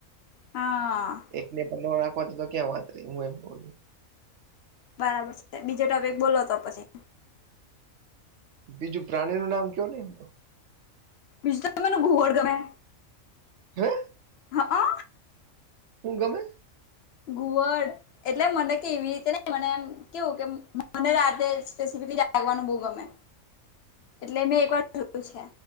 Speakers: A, on the left; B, on the right.
A: હા.
B: એકને પંદર રાખવા તો ક્યાં વાત રહી હું એમ કહું છું.
A: બરાબર છે, બીજો ટોપિક બોલો તો પછી.
B: બીજું પ્રાણીનું નામ કયો ને એમ તો.
A: બીજું તો મને ઘુવડ ગમે.
B: હે?
A: હઅ
B: હું ગમે?
A: ઘુવડ એટલે મને કે એવી રીતે ને મને આમ કેવું કે મને રાતે સ્પેસફલી લાગવાનું બહુ ગમે. એટલે મેં એક વાર જોયું છે